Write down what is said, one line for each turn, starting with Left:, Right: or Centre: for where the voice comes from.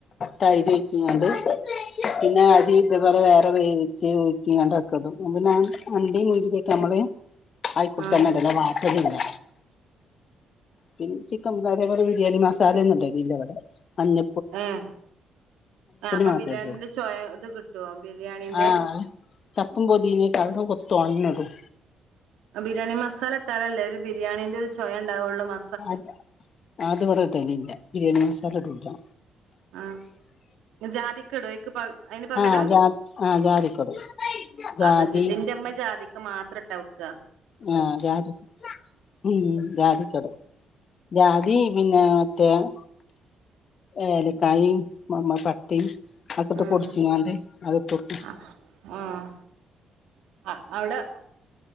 Left: തൈര് ഒയിച്ചിങ്ങാണ്ട് പിന്നെ അരി അതേപോലെ വേറെ വേയവിച്ചു ഊറ്റിങ്ങാണ്ട് ഇടും പിന്നെ അണ്ടി മുന്തിരിക്കെ നമ്മള്- ആയികുട്ടത്തിലൂടുക
Right: ആഹ്
Left: വാട്ടിട്ട് ഇടില്ല പിന്നെ ചിക്കൻ അതേപോലെ ബിരിയാണി മസാല ഒന്നുംയിടലില്ല ഇവിടെ മഞ്ഞ
Right: ഏഹ് അപ്പൊ
Left: മാത്രം
Right: ബിരിയാണീന്റെ
Left: ഇടോ
Right: ചോയ ഇത് കിട്ടുവോ? ബിരിയാണീന്റെ
Left: ആഹ് ചപ്പും പോതിനെയിട്ട് അതൊക്കെ കൊറച്ചു തോനെയിടും
Right: ബിരിയാണി മസാല ഇട്ടാലല്ലേ ഒരു ബിരിയാണിന്റെ ഒരു ചൊവയുണ്ടാവള്ളൂ മ
Left: അത് അത് ഇവിടെ ഇടിലില്ല ബിരിയാണി മസാല ഇടുലാ
Right: ആ ജാതിക്ക ഇടുവോ ഏക്ക് അയിന് പകരം
Left: ആഹ് ജാ ആഹ് ജാതിക്ക ഇടും ജാതി
Right: അതാ ചോദിച്ചേ എന്റ അമ്മ ജാതിക്കെ മാത്രം ഇട്ടാ വെക്കുക
Left: ആഹ് ജാതി- ഉം ജാതിക്ക ഇടും ജാതി പിന്നെ മറ്റേ- ഏലക്കായും നമ്മടെ പട്ടയും അതൊക്കെ ഇട്ട്
Right: ആഹ്
Left: പൊടിചങ്ങാണ്ട് അത്-
Right: ആഹ് ആഹ് അ അവിടെ-